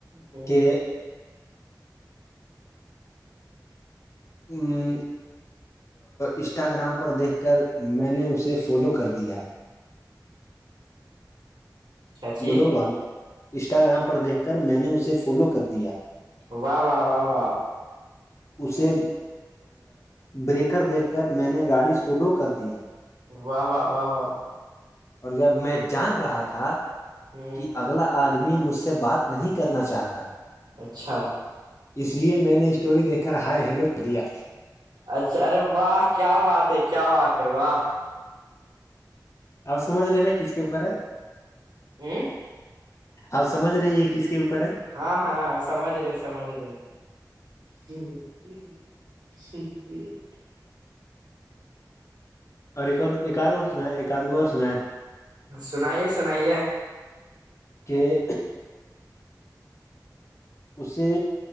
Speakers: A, on the right; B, on the left.
A: ہ
B: کہ <unintelligible> ہ انسٹاگرام پر دیکھ کر میں نے اسے فالو کر دیا
A: چاچی
B: بولو بھائی انسٹاگرام پر دیکھ کر میں نے اسے فالو کر دیا
A: و واہ واہ واہ
B: اسے بریکر دیکھ کر میں نے گاڑی سلو کر دیا
A: و واہ و واہ
B: اور جب میں جان رہا تھا
A: ہ
B: کہ اگلا آدمی مجھ سے بات نہیں کرنا چاہتا
A: اچھا
B: اس لیے میں نے اسٹوری دیکھ کر ہائے ہیلو دیا
A: اچھا ارے واہ کیا بات ہے کیا بات ہے واہ
B: آپ سمجھ رہے ہیں نا کس کے اوپر ہے
A: ا <unintelligible>
B: آپ سمجھ رہ یہ کس کے اوپر ہے
A: ہاں ہاں سمج رہے سمج رہے ج ج <unintelligible>
B: اور ایک ایک اورار اور سنا ہے ایک آد اور سنا ہے
A: سنائیے سنائیے
B: کہ اسے